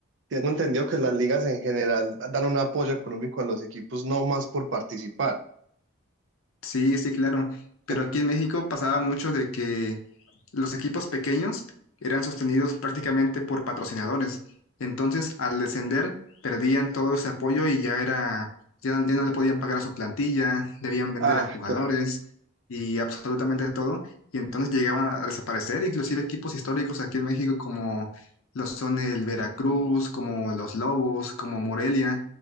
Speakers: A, on the right; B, on the left.
A: Tengo entendido que las ligas en general dan un apoyo económico a los equipos, no más por participar.
B: sí, sí, claro. Pero
A: En-
B: aquí en México pasaba mucho de que los equipos pequeños eran sostenidos prácticamente por patrocinadores. Entonces, al descender, perdían todo ese apoyo y ya era, ya, no ya no le podían pagar a su plantilla, debían vender
A: Ah,
B: a jugadores y absolutamente todo. Y entonces llegaban a desaparecer, inclusive equipos históricos aquí en México como lo son el Veracruz, como los Lobos, como Morelia.